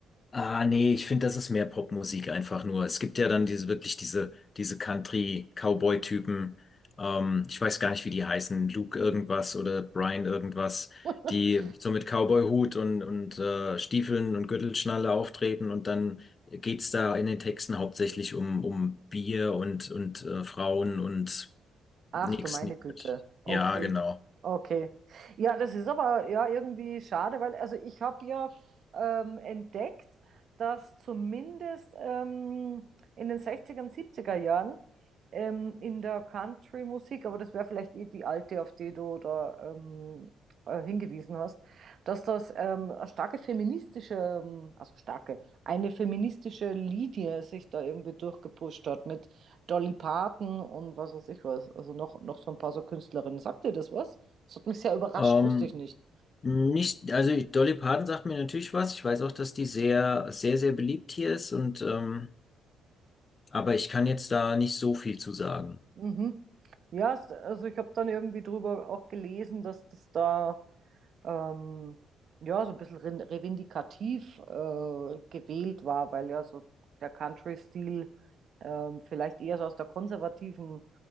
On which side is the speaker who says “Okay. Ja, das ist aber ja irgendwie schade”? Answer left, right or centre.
Right